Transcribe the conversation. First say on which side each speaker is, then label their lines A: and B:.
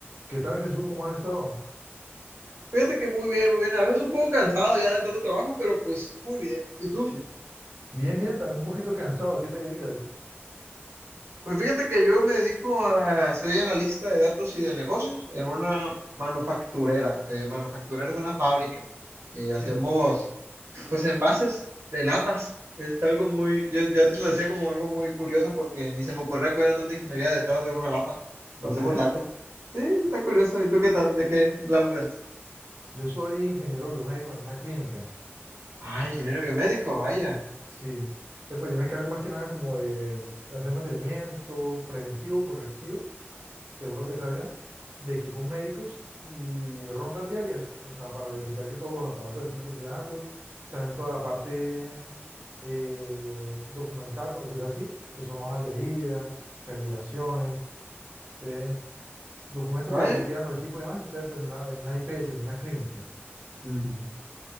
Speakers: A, on the right; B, on the right.
A: ¿Qué tal, Jesús? ¿Cómo has estado?
B: Fíjate que muy bien, muy bien. A veces un poco cansado ya de tanto trabajo, pero pues muy bien. ¿Y tú?
A: Sí. Bien, bien, también un poquito cansado. ¿A qué te dedicas?
B: Pues fíjate que yo me dedico a, soy analista de datos y de negocios en una manufacturera. Eh, manufacturera es una fábrica y hacemos
A: Sí.
B: pues envases de latas. Es algo muy, yo, yo antes lo decía como algo muy curioso porque ni se me ocurría que hubiera tanta ingeniería detrás de una lata,
A: ¿En
B: pero
A: serio?
B: hacemos latas. Sí, está curioso. ¿Y tú qué tal? ¿De qué laburas?
A: Yo soy ingeniero biomédico en una clínica.
B: Ah, ingeniero biomédico, vaya,
A: Sí. Eh, Pues yo me encargo más que nada como de hacer mantenimiento preventivo, correctivo, según lo que salga, de equipos médicos y rondas diarias, o sea, para verificar que todos los aparatos estén funcionando. También toda la parte eh, documental, por decirlo así, que son hojas de vida, calibraciones. ¿sí? documentos
B: vaya.
A: que requieran los equipos y demás, entonces pues, en una, en una IPS, en una clínica,
B: Ujú.